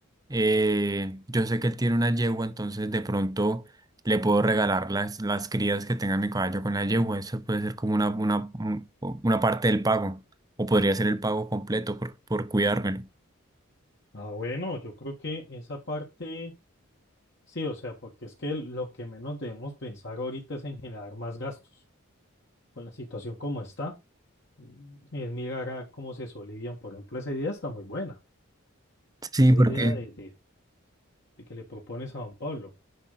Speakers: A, on the right; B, on the left.
A: eh, yo sé que él tiene una yegua, entonces de pronto le puedo regalar las, las crías que tenga mi caballo con la yegua. Eso puede ser como una, una, un- una parte del pago. O podría ser el pago completo por, por cuidármelo.
B: Ah, bueno, yo creo que esa parte, sí, o sea, porque es que lo que menos debemos pensar ahorita es en generar más gastos. Con la situación como está, mm, es mirar a cómo se solivian. Por ejemplo, esa idea está muy buena,
A: Sí,
B: esa
A: porque
B: idea de, de de que le propones a don Pablo.